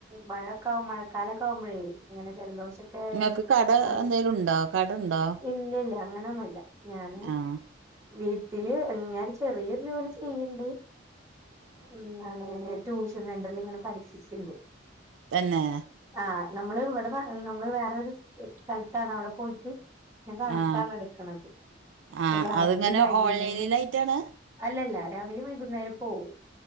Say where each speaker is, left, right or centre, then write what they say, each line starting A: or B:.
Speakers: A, on the right; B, on the right.
A: മഴക്കാവും മഴക്കാലൊക്കെ ആവുമ്പോഴേ ഇങ്ങനെ ജലദോഷം
B: നിങ്ങൾക്ക് കട
A: <unintelligible>
B: എന്തേലും ഉണ്ടോ കട ഉണ്ടോ
A: ഇല്ലില്ല അങ്ങനൊന്നും ഞാന്
B: ആഹ്
A: വീട്ടില് ഞാൻ ചെറിയൊരു ജോലി ചെയ്യണുണ്ട് എന്താണ് ട്യൂഷൻ സെന്ററിൽ ഇങ്ങനെ പഠിപ്പിക്കാണ്
B: തന്നെ
A: ആഹ് നമ്മള് ഇവിടെ നമ്മള് വേറൊരു സ്ഥലത്താണ് അവിടെ പോയിട്ട് ഞാൻ കണക്കാണ്
B: ആഹ്
A: എടുക്കണത് അപ്പൊ
B: ആഹ്
A: രാവിലെയും
B: അതിങ്ങനെ
A: വൈകുന്നേരം
B: ഓൺലൈനിലായിട്ടാണ്
A: അല്ലല്ല രാവിലെയും വൈകുന്നേരം പോവും